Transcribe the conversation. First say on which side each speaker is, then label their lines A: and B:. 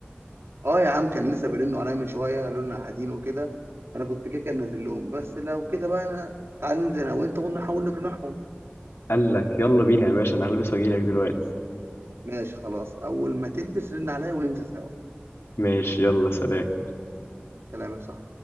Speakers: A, on the right; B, on the left.
A: اه يا عم كان لسه بيرنوا عليا من شويه قالوا لنا قاعدين وكده انا كنت كده كده نازل لهم بس لو كده بقى انا تعال ننزل انا وانت ونحاول نقنعهم
B: قال لك يلا بينا يا باشا انا هلبس واجيلك دلوقتي
A: ماشي خلاص اول ما تلبس رن عليا وننزل سوا
B: ماشي يلا سلام
A: كلامك صح